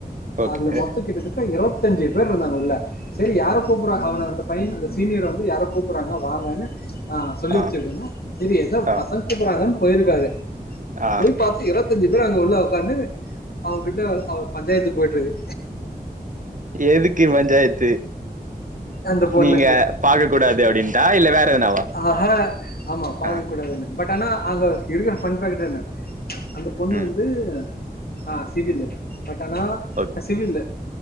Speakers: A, on the right; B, on the left.
A: ஓகே
B: அதுல மொத்தோ கிட்டத்தட் ட இருவத்தஞ்சு பேர் இருந்தாங்க உள்ள சரி யார கூப்பிடற அவன அந்தப் பைய அந்த சீனியர் வந்து யாரோ கூப்புறாங்க வாங்கன்னு சொல்லி
A: ஆ
B: அம்ச்சிருக்காங்க செரி எதோ
A: ஆ
B: பசங் கூப்பறாங்கன்னு போயிருக்காரு
A: ஆ
B: போய் பாத்து இருவத்தஞ்சு பேர் அங்க உள்ள உக்காந்து அவ்ங்கிட்ட அவர் பஞ்சாயத்து போயிட்டு ருக்கு
A: எதுக்கு பஞ்சாயத்து
B: அந்த பொண்ணுக்கு
A: நீங்க பாக்க கூடாது அப்டின்டா இல்ல வேற எதனாவா
B: ஆஹா ஆமா பாக்க
A: ஆ
B: கூடாதுனு பட் ஆனா அங்க இருக்கிற பன் பாக்கேட்ன்னா அந்த பொண்ணு
A: ம்
B: வந்து ஆ சிவிலு பட் ஆனா
A: ஓக்
B: அ சிவிலு